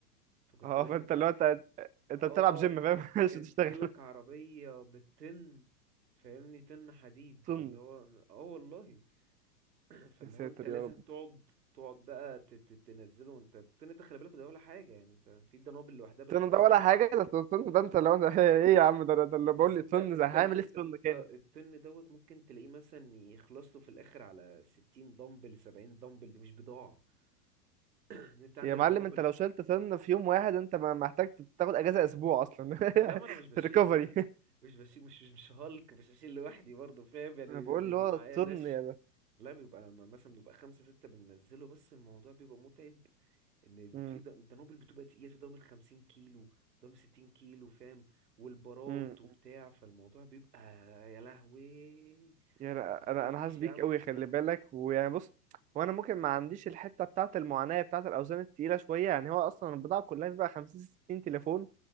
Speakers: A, on the right; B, on the right.
A: فكنت
B: أه
A: لازم
B: <laughs> فأنت
A: ب-
B: اللي هو أنت أنت
A: اه
B: بتلعب جيم فاهم <laughs> مش
A: كانت
B: بتشتغل
A: تجي لك عربيه بالطن فاهمني طن حديد
B: طن
A: فاللي هو اه والله <clears throat> فاللي
B: يا ساتر
A: هو انت لازم
B: يا رب
A: تقعد تقعد بقى ت... ت... تنزله انت الطن ده خلي بالك ده ولا حاجه يعني انت في دنابل لوحدها بالخمسين
B: طن ده ولا حاجة ده طن ده أنت لو أنت <laughs> إيه يا عم ده ده اللي بقول
A: اصل
B: لي
A: انت
B: طن
A: انت
B: ده هعمل
A: ال- انت
B: إيه في
A: انت
B: طن كامل
A: الطن دوت ممكن تلاقيه مثلا يخلص له في الاخر على 60 دمبل 70 دمبل دي مش بضاعه <clears throat> ان انت عندك
B: يا معلم
A: دنابل
B: انت لو شلت سن في يوم واحد انت ما محتاج تاخد اجازة اسبوع اصلا
A: لا ما
B: <laughs>
A: انا مش بشيل
B: ريكفري
A: لوحدي مش بشيل مش مش مش هالك مش هشيل لوحدي برضه فاهم يعني
B: انا بقول
A: بيبقى
B: اللي هو
A: معايا
B: الطن
A: ناس
B: يا ده
A: لا بيبقى م- مثلا بيبقى خمسة ستة بننزله بس الموضوع بيبقى متعب ان
B: امم
A: في د- دنابل بتبقى تقيلة في دنابل 50 كيلو دنابل 60 كيلو فاهم والبارات
B: امم
A: وبتاع فالموضوع بيبقى يا لهوي
B: يعني انا
A: فكرنيش
B: انا حاسس بيك
A: يا عم
B: قوي خلي بالك ويعني بص هو انا ممكن ما عنديش الحته بتاعه المعاناه بتاعه الاوزان التقيله شويه يعني هو اصلا البضاعه كلها بيبقى 50 60 تليفون